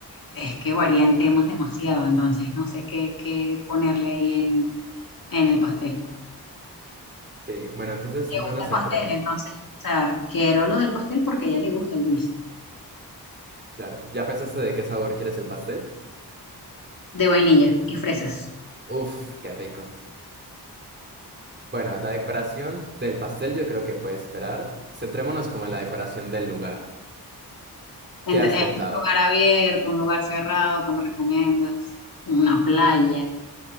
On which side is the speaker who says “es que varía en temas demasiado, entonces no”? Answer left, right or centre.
Left